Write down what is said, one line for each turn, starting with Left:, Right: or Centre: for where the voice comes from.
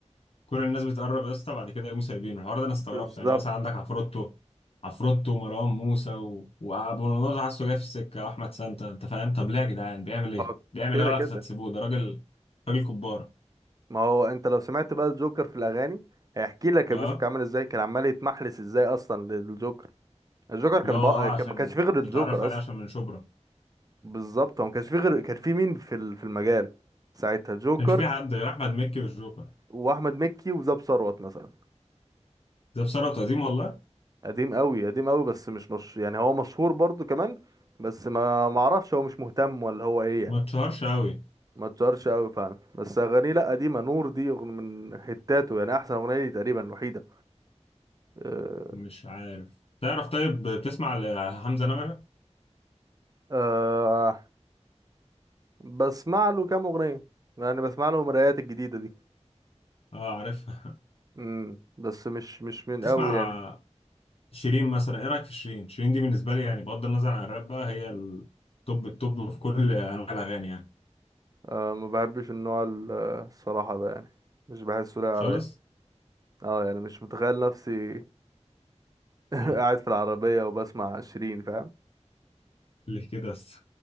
Left: كل الناس بتقرب يا اسطى بعد كده يقوموا سايبينه الحوار ده انا استغربته
Right: بالظبط
Left: يعني مثلا عندك عفروتو عفروتو ومروان موسى و... وابو النضر حاسه جاي في السكه احمد سانتا انت فاهم طب ليه يا جدعان بيعمل ايه
Right: اه،
Left: بيعمل
Right: كده
Left: ايه غلط
Right: كده
Left: عشان تسيبوه ده راجل راجل كباره
Right: ما هو انت لو سمعت بقى الجوكر في الاغاني هيحكي لك ابو
Left: اه
Right: يوسف كان عامل ازاي كان عمال يتمحلس ازاي اصلا للجوكر الجوكر كان
Left: اللي هو اه
Right: بقى
Left: عشان
Right: كان- ما كانش فيه غير الجوكر
Left: يتعرف عليه
Right: اصلا
Left: عشان من شبرا ما
Right: بالظبط هو ما كانش فيه غير كان فيه مين في ال- في المجال ساعتها جوكر
Left: كانش في حد غير احمد مكي والجوكر
Right: واحمد مكي وزاب ثروت مثلا
Left: ده بثروه وتقديم والله
Right: قديم قوي قديم قوي بس مش مش يعني هو مشهور برضو كمان بس ما ما اعرفش هو مش مهتم ولا هو ايه يعني
Left: ما اتشهرش قوي
Right: ما اتشهرش قوي فعلا بس اغانيه لا قديمه نور دي أغن- من هتاته يعني احسن اغنيه لي تقريبا الوحيده أه،
Left: مش عارف تعرف طيب بتسمع لحمزه نمره
Right: دي بسمع له كام اغنيه يعني بسمع له المرايات الجديده دي
Left: اه عارفها
Right: امم بس مش مش
Left: <laughs>
Right: من
Left: تسمع
Right: قوي يعني
Left: شيرين مثلا ايه رايك في شيرين شيرين دي بالنسبه لي يعني بغض النظر عن الراب بقى هي التوب التوب في كل انواع الاغاني يعني
Right: آه ما بحبش النوع ال- آه، الصراحه ده يعني مش بحسه لايق
Left: خالص
Right: عليا اه يعني مش متخيل نفسي <laughs> قاعد
Left: مم.
Right: في العربيه وبسمع شيرين فاهم
Left: ليه كده بس